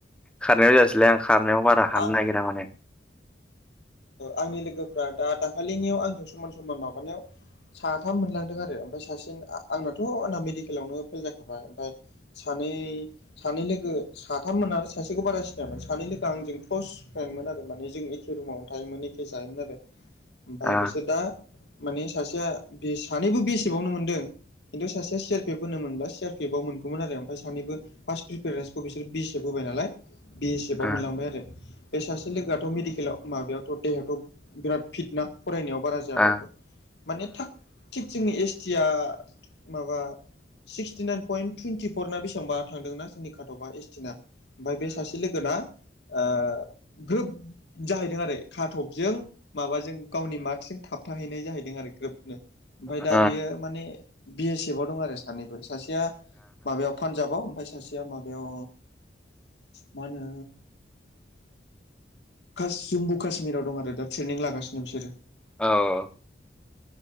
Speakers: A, in the centre; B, on the left.
A: खारनायाव जायासैलै आं खारनायाव बारा हानो
B: आं
A: नागिरा माने
B: आंनि लोगोफ्रा दा दाखालिनियाव आंजों समान समान माबानायाव साथाम मोनलांदों आरो ओमफफ्राय सासे आंनाथ आंना मेडिकेलावनो फेल जाखाबाय ओमफफ्राय स सानै सानै लोगो साथाममोन आरो सासेखौ बारा सिनायामोन सानै लोगो आंजों क्लस फ्रेमोन आरो माने जों एखे रुमावनो थायोमोन एखे जायोमोन आरो ओमफ्राय
A: ओ
B: बिसोर दा माने सासेया बिएसेफ आवनो मोनदों खिन्थु सासे सि आ पि एफ होन मोनबा सि आ पि एफ आ मोनगौमोन आरो मफ्राय सानैबो फार्ट्रिफारेन्सखौ बिसोर बि एस एफ होबाय होबाय नालाय मोनलांबाय
A: ओ
B: आरो बे सासे लोगोआथ' मेडिकेलाव माबायाव थ' देहायाथ बिराद फिट ना फरायनायाव बारा जायाबाबो
A: ओ
B: माने थाग थिग जोंनि एस टि आ माबा सिक्सटि नाइन पइन्ट टुइन्टिफरना बेसेबा थांदोंना जोंनि खाटबा एसटिना ओमफफ्राय बे सासे लोगोना ओ ग्रोब जाहैदों आरो खाटबजों माबाजों गावनि मार्कजों थाबथाहैनाय जाहैदों आरो ग्रोबनो ओमफ्राय दा
A: ओ
B: बेयो माने बि एस एफ आव दं आरो सानैबो सासेया माबायाव पान्जाबाव ओमफ्राय सासेया माबायाव मा होनो कास जम्मु काशमीराव दं आरो दा ट्रेनिं लागासिनो बिसोरो
A: औ